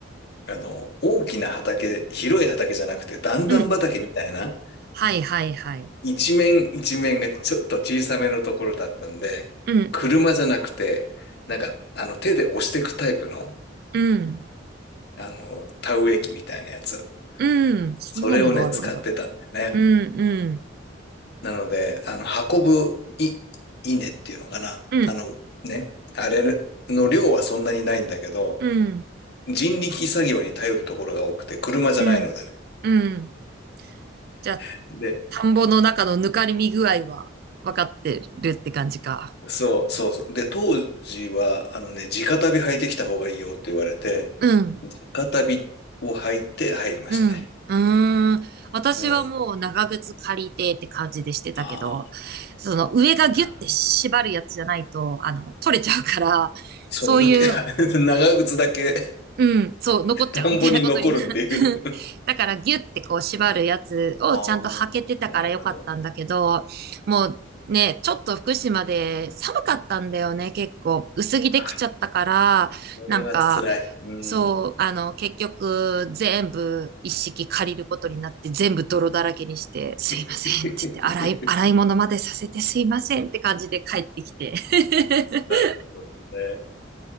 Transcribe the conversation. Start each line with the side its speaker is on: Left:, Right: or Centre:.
Left: あの、大きな畑、広い畑じゃなくて、段々畑みたいな、
Right: うん。はいはいはい。
Left: 一面一面がちょっと小さめのところだったんで、
Right: うん、
Left: 車じゃなくて、なんか、あの、手で押していくタイプの、
Right: うん、
Left: あの、田植え機みたいなやつ。
Right: うん。そんなのがあるんだ。
Left: それをね、使ってたんだよね。
Right: うん、うん、
Left: なので、あの、運ぶい、稲っていうのかな。
Right: うん、
Left: あの、ね、あれの量はそんなにないんだけど、
Right: うん、
Left: 人力作業に頼るところが多くて、車じゃないのでね。
Right: うん、うん。じゃあ、
Left: で
Right: 田んぼの中のぬかりみ具合は分かってるって感じか。
Left: そう、そうそう。で、当時は、あのね、直旅履いてきた方がいいよって言われて、
Right: うん、
Left: 直旅を履いて入りましたね。
Right: うん、うーん。私はもう長靴借りてって感じでしてたけど、
Left: うん。ああ、
Right: その上がギュッて縛るやつじゃないと、
Left: な
Right: あの、取れちゃうから、
Left: そう、
Right: そういう
Left: 抜け、<laughs> 長靴だけ
Right: うん、そう、残っちゃうみたいなことになる。
Left: 田んぼに残るっていう。
Right: <laughs> だからギュってこう縛るやつをちゃんと履けてたからよかったんだけど、
Left: ああ、なるほど。
Right: もうね、ちょっと福島で寒かったんだよね、結構。薄着できちゃったから、
Left: あ、これは辛い。
Right: なんか、
Left: うん。
Right: そう、あの、結局全部一式借りることになって全部泥だらけにして、すいませんって言って、
Left: <laughs>
Right: 洗い、洗い物までさせてすいませんって感じで帰ってきて。<laughs>
Left: なるほどね。